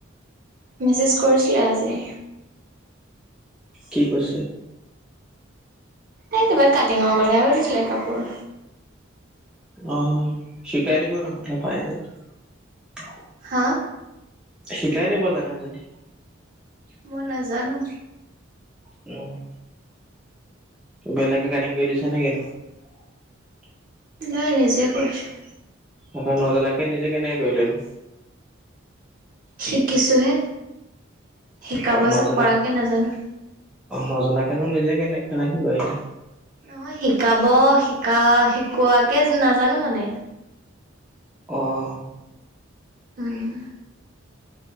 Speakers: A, on the right; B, in the centre.
A: মেছেজ কৰিছিলে আজি।
B: কি কৈছে?
A: এই কিবা কাটিঙৰ কথাই সুধিছিলে কাপোৰ।
B: অ', শিকাই দিব নহ'লে, পাৰে যদি
A: হা?
B: শিকাই দিব জানে যদি।
A: মই নাজানো।
B: অ', বেলেগে কাটিং কৰি দিছে নে? <unintelligible>
A: নাই, নিজেই কৰিছোঁ।
B: সেইখন নজনাকে নিজে কেনেকে কৰিলেনো?
A: শিকিছোহে, শিকাব
B: নজনাক
A: পৰাকে নাজানো।
B: নজনাকেনো নিজে কেনেক, কেনেক কৰিলে?
A: নহয়, শিকাব শিকা শিকোৱাকে নাজানো মানে।
B: অ'।
A: উম,